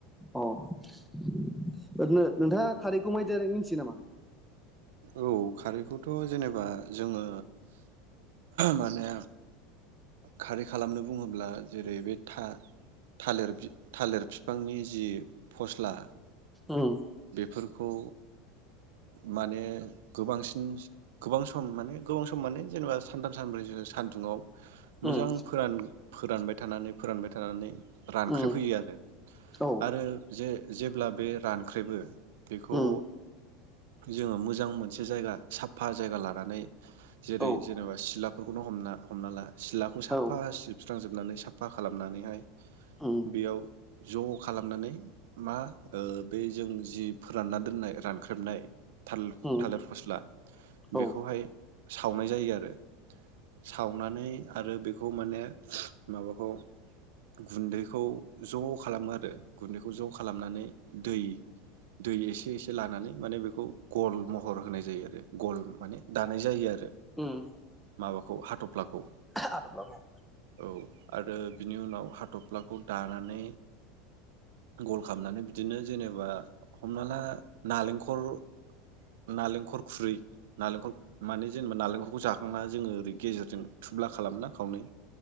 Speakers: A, in the centre; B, on the right.
A: अ ओरैनो नोंथाङा खारैखौ माइदि जाजायो मिथियो नामा
B: औ खारैखौथ जेनेबा जोङो माने खारै खालामनो बुङोब्ला जेरै बे था थालिर बि थालिर बिफांनि जि फस्ला
A: ओं
B: फोरखौ माने गोबांसिन गोबां सम माने गोबां सम माने जेनेबा सानथाम सानब्रैसो सानदुुंआव
A: उम
B: मोजां फोरान फोरानबाय थानानै फोरानबाय थानानै रानख्रेब
A: उम
B: होयो आरो
A: औ
B: आरो जे जेब्ला बे रानख्रेबो बेखौ
A: उम
B: जोङो मोजां मोनसे जायगा साफा जायगा लानानै जेरै
A: औ
B: जेनेबा सिला बेफोरखौनो हमना हमना ला सिलाखौ साफा
A: औ
B: सिबस्रो सुस्राजोबनानै साफा खालाम नानैहाय
A: उम
B: बेयाव ज खालामनानै मा ओ बे जों जि फोरानना दोननाय रानख्रेबनाय थाल
A: उम
B: थालिर फस्ला बेखौहाय
A: औ
B: सावनाय जायो आरो सावनानै आरो बेखौ माने माबाखौ गुन्दैखौ ज खालामो आरो गुन्दैखौ ज खालामनानै दै दै एसे एसे लानानै माने बे खौ गल महर होनाय जायो आरो गल माने दानाय जायो आरो
A: ओम
B: माबाखौ हाथफ्लाखौ
A: हाथफ्लाखौ
B: औ आरो बिनि उनाव हाथफ्लाखौ दानानै गल खालामनानै बिदिनो जेनेबा हमना ला नालेंखर खुरै नालेंखर माने जेनेबा नालेंखरखौ जाखांना जोङो ओरै गेजेरजों थुब्ला खालामो ना खावनै